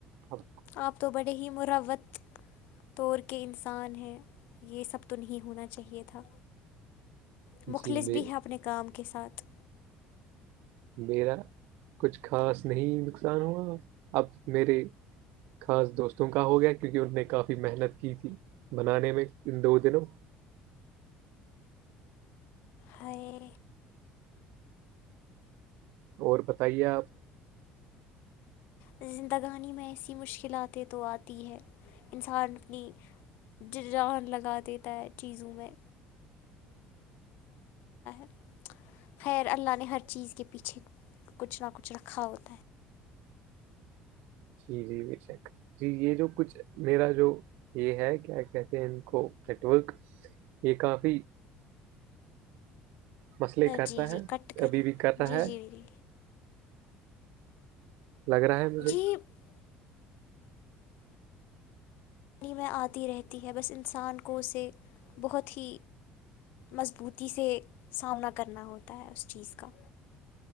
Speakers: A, on the right; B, on the left.
A: آپ
B: آپ تو بڑے ہی مروت توور کے انسان ہیں یہ سب تو نہیں ہونا چاہیے تھا مخلص
A: جی میں
B: بھی ہیں اپنے کام کے ساتھ
A: میرا کچھ خاص نہیں نقصان ہوا اب میرے خاص دوستوں کا ہو گیا کیونکہ ان نے کافی محنت کی تھی بنانے میں ان دو دنوں
B: ہائے
A: اور بتائیے آپ
B: زندگانی میں ایسی مشکلاتیں تو آتی ہے انسان اپنی جان لگا دیتا ہے چیزوں میں <inaudible> خیر اللہ نے ہر چیز کے پیچھے کچھ نہ کچھ رکھا ہوتا ہے
A: چیز یہ بھی سیک جی یہ جو کچھ میرا جو یہ ہے کیا کہتے ہیں ان کو کٹک یہ کاف مسئلے کرتا
B: جی
A: ہے
B: جی کٹ کریں
A: ابھی بھی کرتا
B: جی
A: ہے
B: جی بھی
A: لگ رہا ہے مجھے
B: جی پانی پانی میں آتی رہتی ہے بس انسان کو اسے بہت ہی مضبوطی سے سامنا کرنا ہوتا ہے اس چیز کا